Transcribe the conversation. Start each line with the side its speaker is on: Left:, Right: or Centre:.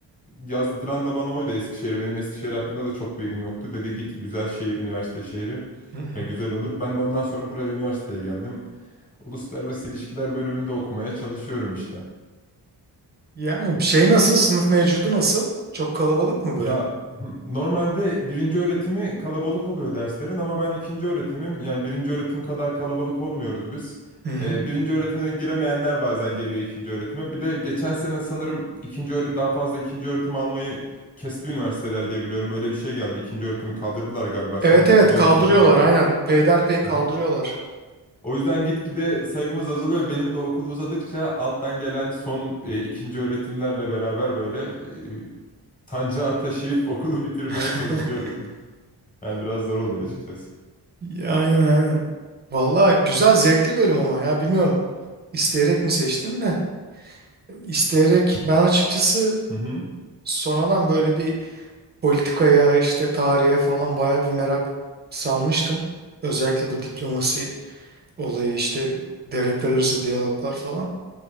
Left: yazdıran da bana oydu Eskişehir. Benim Eskişehir hakkında da çok bilgim yoktu. Dedi git güzel şehir, üniversite şehri.
Right: Hı hı.
Left: E, güzel olur. Ben de ondan sonra buraya üniversiteye geldim. Uluslararası İlişkiler bölümünde okumaya çalışıyorum işte.
Right: Yani şey nasıl? Sınıf mevcudu nasıl? Çok kalabalık mı bölüm?
Left: Ya hı, normalde birinci öğretimi kalabalık oluyor derslerin ama ben ikinci öğretimim. Yani birinci öğretim kadar kalabalık olmuyoruz biz.
Right: Hı hı.
Left: Ee, birinci öğretime giremeyenler bazen geliyor ikinci öğretime. Bir de geçen sene sanırım ikinci öğret daha fazla ikinci öğretim almayı kesti üniversiteler diye biliyorum. Öyle bir şey geldi. İkinci öğretimi kaldırdılar galiba.
Right: Evet
Left: Sen de
Right: evet
Left: biliyor
Right: kaldırıyorlar
Left: musun Evet bilmiyorum
Right: aynen.
Left: evet. ama.
Right: Peyderpey kaldırıyorlar.
Left: Hı hı. O yüzden gitgide sayımız azalıyor. Benim de okul uzadıkça alttan gelen son e, ikinci öğretimlerle beraber böyle e, Sancağı taşıyıp okulu bitirmeye
Right: <laughs>
Left: çalışıyoruz. Yani biraz zor oluyor açıkçası.
Right: Ya, aynen aynen. Valla güzel zevkli bölüm ama ya bilmiyorum isteyerek mi seçtin de isteyerek ben açıkçası
Left: Hı hı.
Right: sonradan böyle bir politikaya işte tarihe falan baya bir merak salmıştım. Özellikle bu diplomasi olayı işte devletler arası diyaloglar falan.